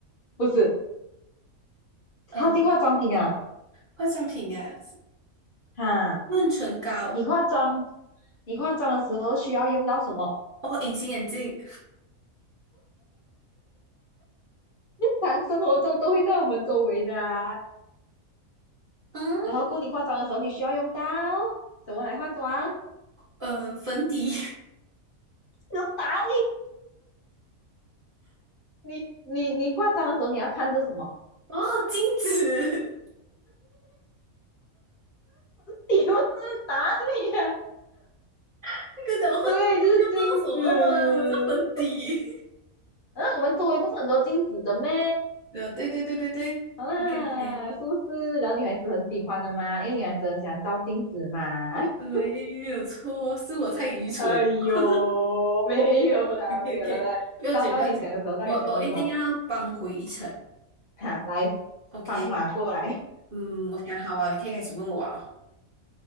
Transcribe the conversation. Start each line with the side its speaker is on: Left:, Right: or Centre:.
Left: 不是，
Right: 呃，
Left: 靠近化妆品啊。
Right: 化妆品啊，
Left: 哈，
Right: 润唇膏，
Left: 你化妆，你化妆的时候需要用到什么？
Right: 哦，隐形眼镜，
Left: 日常生活中都会在我们周围的啊。
Right: 嗯，
Left: 然后，过你化妆的时候，你需要用到什么来化妆？
Right: 呃，粉底，
Left: 有打你，你你你化妆的时候，你要看着什么？
Right: <laughs> 哦，镜子，
Left: 你不是打你啊？
Right: <laughs> 那个讲话
Left: 对，就是镜子。
Right: 用到什么啊？我这粉底，
Left: 嗯，我们周围不是很多镜子的咩？
Right: <laughs> 呃，对对对对对。
Left: 啊，
Right: OK OK，
Left: 是不是？然后女孩子很喜欢的嘛，因为女孩子很喜欢照镜子嘛。<laughs>
Right: 没有错，是我太愚蠢。
Left: <laughs> 哎呦，
Right: <laughs>
Left: 没有啦，
Right: OK
Left: 没有啦，
Right: OK，
Left: 来来到到你想的时候，
Right: 不要紧不要紧，
Left: 到你想的时候，
Right: 我我一定要扳回一城。
Left: 哈，来，
Right: OK，
Left: 放马过来，
Right: 嗯，我想好啊，你可以开始问我啊。